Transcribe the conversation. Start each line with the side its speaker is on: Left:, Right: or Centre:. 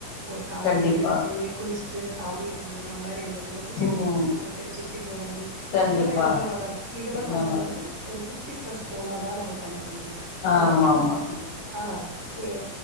Right: ஒரு காலையில
Left: கண்டிப்பா
Right: எழுந்துருச்சு குளுச்சுட்டு சாமிய கும்புர்ற மாரி அந்த துளசி செடிய
Left: ம்
Right: ஒரு மூணு டைம் சுத் டு வறது
Left: கண்டிப்பா
Right: அதெல்லா எவ்வளோ நல்லா இருக்கு இதெல்லா நம்ம
Left: நல்லா
Right: வந்து
Left: இருக்கு
Right: ஒரு பிஃப்டி பிளெஸ் போனால் தான் நம்ம பண்ண முடியும் ஹலோ
Left: ஆமா ஆமா
Right: ஆ ஏ